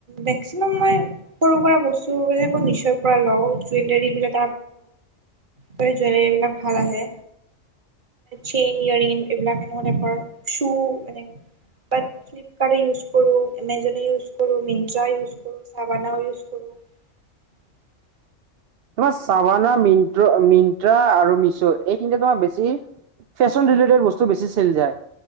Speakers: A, on the right (about 40°); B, on the right (about 60°).
A: মেক্সিমাম মই সৰু হুৰা বস্তু যেনেকৈ মিছৰ পৰা লও জুৱেলাৰ বিলাক ত জুৱেলী বিলাক ভাল আহে। চেইন ইয়ৰ ইন এইবিলাক এনেকুৱা টাইপৰ চু এনেকে ফ্লিপকাৰ্ট ইউজ কৰো, এমাজন ইউজ কৰো, মিনট্ৰা ইউজ কৰো, চাবানাও ইউজ কৰো। <unintelligible>
B: তোমাৰ চাবানা, মিনট্ৰ মিনট্ৰা আৰু মিছউ এই তিনিটা তোমাৰ বেছি ফ্ৰেচন ৰিলেটেড বস্তু বেছি চেল যায়।